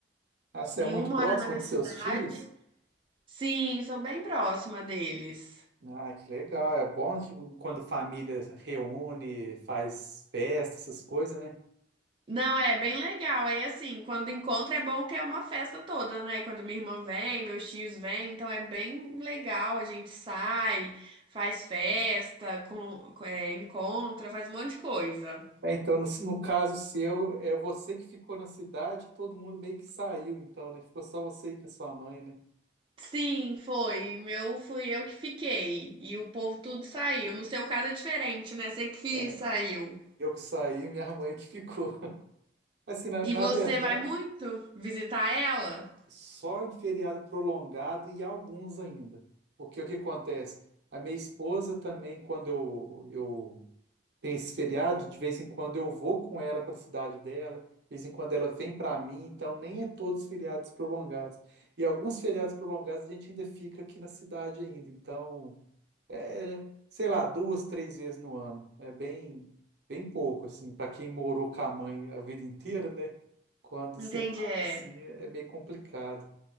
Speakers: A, on the right; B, on the right.
A: ah, você
B: nenhum
A: é muito
B: mora
A: próxima
B: na minha
A: dos
B: cidade.
A: seus tios?
B: Sim, sou bem próxima deles.
A: Ah, que legal. É bom, tipo, quando família reúne, faz festa, essas coisas, né?
B: Não, é bem legal. Aí, assim, quando encontra é bom que é uma festa toda, né? Quando minha irmã vem, meus tios vêm, então é bem legal. A gente sai, faz festa, com, com- é, encontra, faz um monte de coisa.
A: É, então, no, no caso seu, é você que ficou na cidade, todo mundo meio que saiu, então, né? Ficou só você e com a sua mãe, né?
B: Sim, foi. O meu fui eu que fiquei. E o povo tudo saiu. No seu caso é diferente, né? Você que
A: É,
B: saiu.
A: eu que saí, <laughs> minha mãe que ficou. <laughs> Assim, na,
B: E
A: na
B: você
A: verdade,
B: vai muito visitar ela?
A: só em feriado prolongado e alguns ainda. Porque o que acontece? A minha esposa também, quando eu, eu tem esse feriado, de vez em quando eu vou com ela para a cidade dela, de vez em quando ela vem para mim, então nem é todos feriados prolongados. E alguns feriados prolongados a gente ainda fica aqui na cidade ainda, então é, sei lá, duas, três vezes no ano. É bem bem pouco assim, para quem morou com a mãe a vida inteira, né? Quando
B: Entendi,
A: separa
B: é.
A: assim é, é meio complicado.